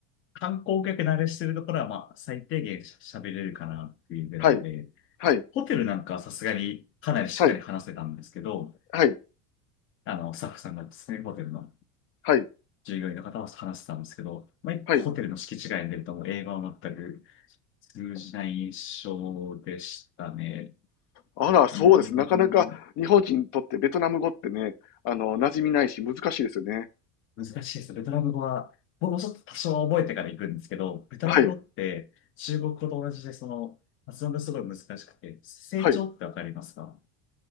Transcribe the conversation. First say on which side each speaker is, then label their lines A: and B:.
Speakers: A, on the left; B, on the left.
A: 観光客慣れしてるところは、まあ、最低限しゃ喋れるかなっていうぐらいで、
B: はい。はい。
A: ホテルなんかはさすがにかなりしっかり話せたんですけど、
B: はい。はい、
A: あの、スタッフさんがですね、ホテルの
B: はい、
A: 従業員の方は話してたんですけど、まあ、
B: はい。
A: ホテルの敷地外に出るともう英語は全く通じない印象でしたね。
B: あら、そうです。
A: うーん、
B: なかなか日本人にとってベトナム語ってね、あの、馴染みないし難しいですよね。
A: 難しいですね。ベトナム語は、僕もちょっと多少は覚えてから行くんですけど、ベトナム語って中国語と同じで、
B: はい、
A: その、発音がすごい難しくて、成長ってわかりますか
B: はい。